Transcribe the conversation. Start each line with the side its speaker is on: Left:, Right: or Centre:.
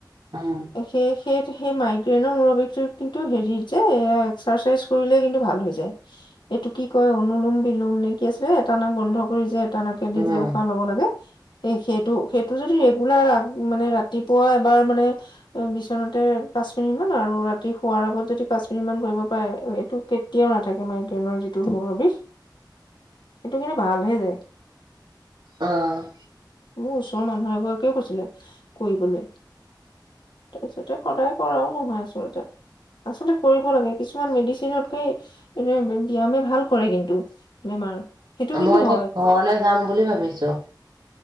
Right: উম,
Left: সেই সেই সেই মাইগ্ৰেইনৰ মুৰৰ বিষ- কিন্তু হেৰিত যে এ এক্সাৰচাইজ কৰিলে কিন্তু ভাল হৈ যায়। এইটো কি কয় অনুুলোম বিলোম নে কি আছিলে, এটানাক বন্ধ কৰি যে টা নাকে দি
Right: উম,
Left: যে উশাহ ল'ব লাগে। এ সেইটো সেইটো যদি ৰেগুলাৰ আগ, মানে ৰাতিপুৱা এবাৰ মানে- বিচনাতে পাঁচ মিনিট মান আৰু ৰাতি শোৱাৰ আগত যদি পাঁচ মিনিট মান কৰিব পাৰে, এইটো কেততিয়াও নাথাকে মাইগ্ৰেইনৰ যিটো মূৰৰ বিষ। সেইটো কিন্তু ভাল হৈ যায়।
Right: অ'।
Left: উম, ওচৰ মানুহ এগৰাকীয়েও কৈছিলে, কৰিবলে। তাৰপিছতে সদায় কৰাও নহয় আচলতে। আচলতে কৰিব লাগে। কিছুমান মেডিচিনতকৈ এনে বি ব্যায়ামে ভাল কৰে কিন্তু, বেমাৰ। সেইটো কিন্তু
Right: মই এতিয়া
Left: হয়
Right: ঘৰলে যাম বুলি ভাবিছো।